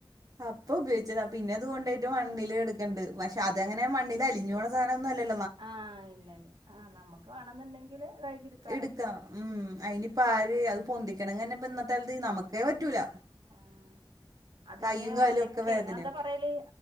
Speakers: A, on the right; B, on the right.
A: അപ്പൊ ഉപയോഗിച്ചതാ പിന്നെ അതുകൊണ്ടായിട്ട് മണ്ണില് എടുക്കണ്ടണ്ട് പക്ഷെ അതെങ്ങനെ മണ്ണിൽല്ല അഞ്ഞോ സധന ഒന്നല്ല
B: ആഹ ഇല്ല ഇല്ല ആഹ നമ്മുക്ക് വേണെന്നുണ്ടെങ്കില് കഴുകിയെടുക്കാലോ
A: എടുക്കാം ഉം അയിനിയിപ്പ ആര് അത് പൊന്തിക്കണംങ്ങനെ ഇപ്പ ഇന്നത്തൊലത്ത് നമുക്കേ പറ്റൂല
B: ആഹ അതിന്റെ
A: കയ്യും കാലും
B: ഒലക്കെ
A: ഒക്കെ വേദനയാവും
B: ങ്ങെന്താ പറയല്